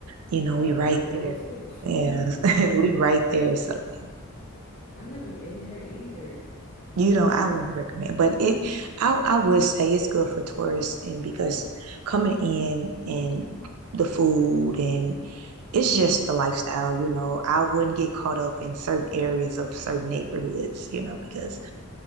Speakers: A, on the right; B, on the left.
A: you know
B: Y'all
A: we
B: got
A: right
B: good food
A: there.
B: too.
A: Yeah,
B: <laughs>
A: <laughs> we right there. So yeah.
B: I've never been there either.
A: you know, I wouldn't recommend, but it, I I would say it's good for tourists, and because coming in and the food and it's just the lifestyle, you know. I wouldn't get caught up in certain areas of certain neighborhoods, you know, because